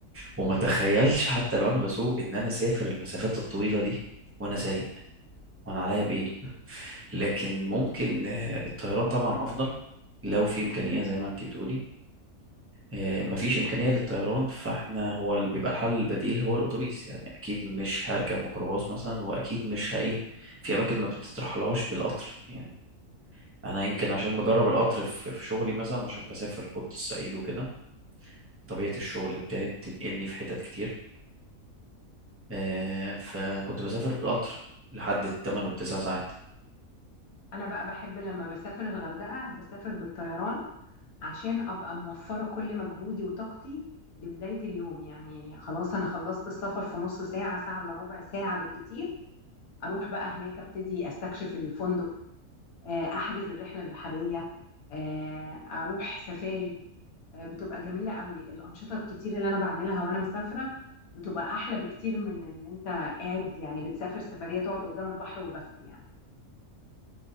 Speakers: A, on the right; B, on the left.
A: وما تخيلش حتى لو انا بسوق ان انا اسافر المسافات الطويلة دي وانا سايق وانا عليا بايه لكن ممكن آه، الطيران طبعا افضل لو في امكانيه زي ما انتي بتقولي آه، مفيش امكانيه للطيران فاحنا هو اللي بيبقى الحل البديل هو الاتوبيس يعني اكيد مش هركب ميكروباص مثلا واكيد مش هايه في اماكن ما بتترحلهاش بالقطر يعني انا يمكن
B: ايوه
A: عشان مجرب القطر في في شغلي مثلا عشان بسافر كنت الصعيد وكده طبيعه الشغل بتاعي بتنقلني في حتت كتير آه، فكنت بسافر بالقطر لحد التمن والتسع ساعات
B: انا بقى بحب لما بسافر الغردقه بسافر بالطيران عشان ابقى موفره كل مجهودي وطاقتي لبدايه اليوم يعني خلاص انا خلصت السفر في نص ساعه ساعه الا ربع ساعه بالكتير اروح بقى هناك ابتدي استكشف الفندق آه، احجز الرحله البحريه آه، اروح سفاري آه، بتبقى جميله قوي الانشطه الكتير اللي انا بعملها وانا مسافره بتبقى احلى بكتير من ان انت قاعد يعني بتسافر سفريه تقعد قدام البحر وبس يعني